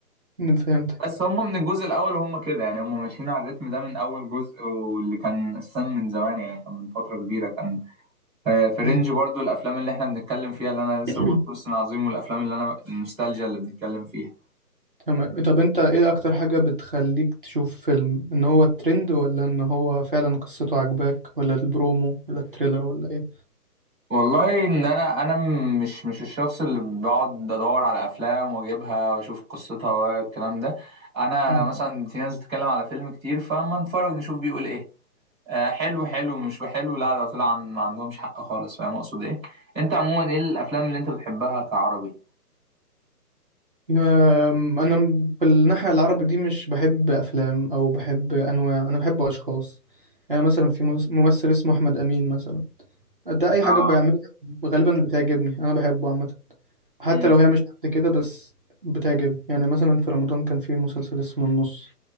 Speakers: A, on the right; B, in the centre.
A: أنا فهمتك
B: بس هم من الجزء الاول وهم كده يعني هم ماشيين على الريتم ده من اول جزء واللي كان السم من زمان يعني كان من فتره كبيره كان آه، في رينج
A: مم.
B: برضو الافلام اللي احنا بنتكلم فيها اللي انا لسه
A: <clears throat>
B: بقول فلسطين عظيم والافلام اللي انا النوستالجيا اللي بنتكلم فيها
A: تمام طب انت ايه اكتر حاجة بتخليك تشوف فيلم ان هو ترند ولا ان هو فعلا قصته عجباك ولا البرومو ولا التريلر ولا ايه
B: والله ان انا انا م- مش مش الشخص اللي بقعد ادور على افلام واجيبها واشوف قصتها والكلام ده انا
A: <laughs> مم.
B: مثلا في ناس بتتكلم على فيلم كتير فما نتفرج نشوف بيقول ايه آه، حلو حلو مش وحلو لا ده طلع عن- ما عندهمش حق خالص فاهم اقصد ايه انت عموما ايه الافلام اللي انت بتحبها كعربي
A: أم، انا م- بالناحيه العربي دي مش بحب افلام او بحب انواع انا بحب اشخاص يعني مثلا في مس- ممثل اسمه احمد امين مثلا ده اي
B: اه
A: حاجه بيعملها غالبا بتعجبني انا بحبه عامه حتى
B: امم
A: لو هي مش قد كده بس بتعجبني يعني مثلا في رمضان كان في مسلسل اسمه النص